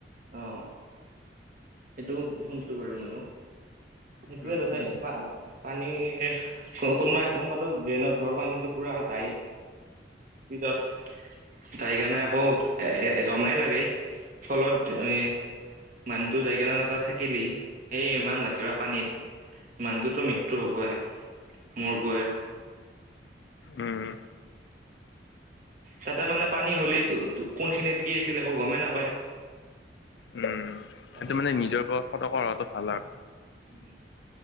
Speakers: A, on the right (about 45°); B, on the left (about 70°).
A: অঁ অ। সেইটোও শুনিছো বাৰু মইয়ো সেইটোৱে
B: উম,
A: দুটাইয়ে
B: উম,
A: পা পানী এ এ এ এ কোনোবাই কোনোবাতো ড্ৰেইনত ধৰ পানীটো পুৰা যাইয়ে। স্পীডত চি আ আ ই ই। যাইকেনে আকৌ এ এ এ জমাই লাগে ই আহ ফলত ঢেউ এ তু যাই কিনে ন তাত থাকিলেই সেই ইমান লেতেৰা পানীত মানুহটোতো মৃত্যু
B: উম,
A: হ'বই। মৰব এ।
B: উম উ উ।
A: তাতে মানে পানী হ'লেই তো তো কোন খিনিত কি আছিলে আকৌ গমেই নাপায়।
B: উম উ উ উ
A: তাতে
B: সেইটো
A: এতিয়া
B: মানে নিজৰ পৰা সতৰ্ক হোৱাটো ভাল আৰু
A: উম হু।